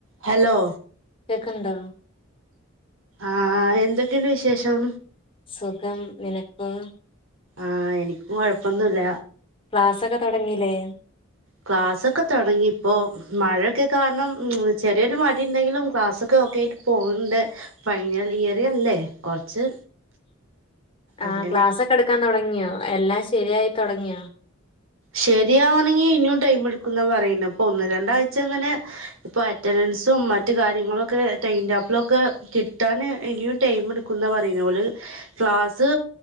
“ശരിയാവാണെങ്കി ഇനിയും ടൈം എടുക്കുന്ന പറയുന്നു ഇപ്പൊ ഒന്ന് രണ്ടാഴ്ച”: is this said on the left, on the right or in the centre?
Right